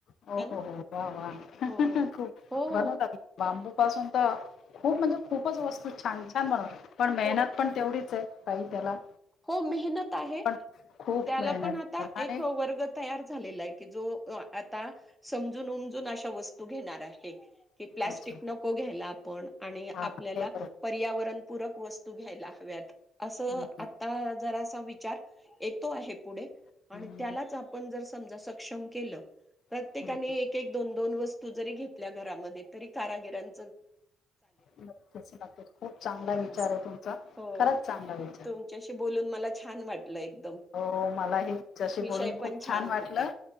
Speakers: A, on the left; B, in the centre.
A: हो
B: है ना
A: हो, वा वा.. हं
B: हो
A: हं हं खूप
B: हो
A: बनवतात
B: हो
A: बांबू पासून तर... खूप म्हणजे खूपच वस्तू छान छान बनवता पण मेहनत
B: हो ना
A: पण तेवढीच ए... ताई त्याला
B: हो... मेहनत आहे.
A: पण खूप
B: त्याला
A: मेहनत
B: पण आता
A: त्याला आणि
B: एक वर्ग तयार झालेला ए की जो अ... आता समजून उमजून अशा वस्तू घेणार आहे कि प्लास्टिक
A: अच्छा
B: नको घ्यायला आपण, आणि
A: हा
B: आपल्याला
A: ते बरोबर
B: पर्यावरणपूरक वस्तू घ्यायला हव्यात, असं
A: हम्म
B: आत्ता असा विचार येतो आहे पुढे,
A: हम्म
B: आणि
A: हम्म
B: त्यालाच आपण जर समजा सक्षम केलं तर प्रत्येकाने
A: हम्म,
B: एक- एक, दोन- दोन वस्तू जरी घेतल्या घरामध्ये तरी कारागिरां
A: नक्कीच... नक्कीच खूप चांगला विचार
B: असं
A: ए तुमचा,
B: हो
A: खराच चांगला विचार
B: तुमच्याशी बोलून मला छान वाटलं एकदम
A: हो मलाही तुमच्याशी
B: विषय
A: बोलून खूप
B: पण
A: छान वाटलं
B: होता.